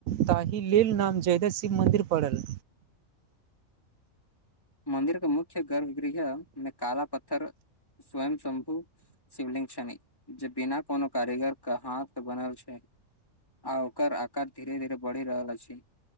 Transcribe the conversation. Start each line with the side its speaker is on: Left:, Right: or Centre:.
Right: ताहि लेल नाम जयदशिव मन्दिर पड़ल।
Left: मंन्दिर के मुख्य गर्भ गृह मे काला पत्थर स्वयं शंभू शिवलिंग छनि, जे बिना कोनो कारीगर के हाथ क बनल छै। आ ओकर आकार धीरे धीरे बढ़ि रहल अछि,